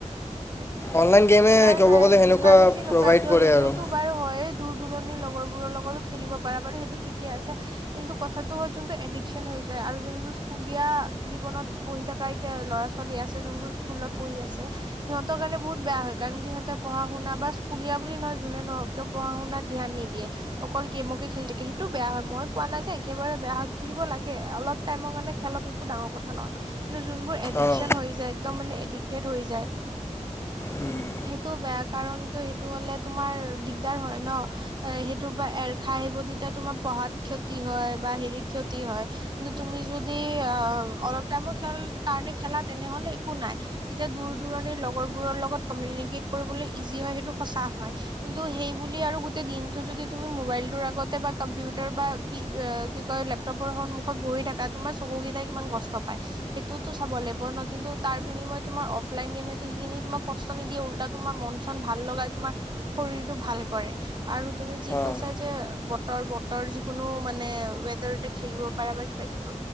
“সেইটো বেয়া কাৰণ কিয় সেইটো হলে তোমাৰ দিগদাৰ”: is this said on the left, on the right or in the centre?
Right